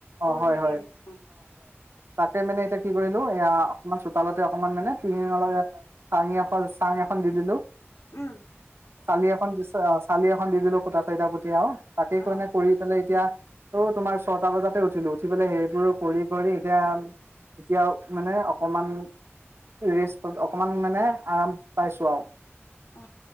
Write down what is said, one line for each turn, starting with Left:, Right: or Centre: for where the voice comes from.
Right: অ
Left: গৰুজনীকে
Right: হয় হয়
Left: এনে অ
Right: তাকে মানে এতিয়া কি কৰিলো এয়া অকমান চোতালতে অকমান মানে পিঙলা চাঙি এখন চাং এখন দি দিলো।
Left: উম
Right: চালি এখন দিথোৱা আ চালি এখন দি দিলো খূটা চাৰিটা পুটি আও তাকেই
Left: অ
Right: কনে কৰি পেলাই এতিয়া। ত তোমাৰ ছটা বজাতে উঠিলো উঠি পেলাই সেইবোৰ কৰি কৰি এতিয়া এতিয়া মানে অকমান ৰেষ্ট অকমান মানে আৰাম পাইছো আও।
Left: অ